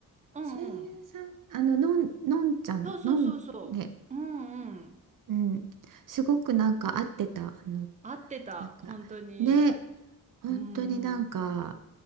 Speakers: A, on the right (about 20°); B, on the right (about 65°).
A: うんうん。
B: 声優さん、あの、のん、のんちゃん、
A: そうそうそうそう。
B: のん、ね、
A: うんうん。
B: うん。すごくなんか合ってた。あの、
A: 合ってた、
B: なんか、
A: 本当に。
B: ね、本当になんか、
A: うんうん。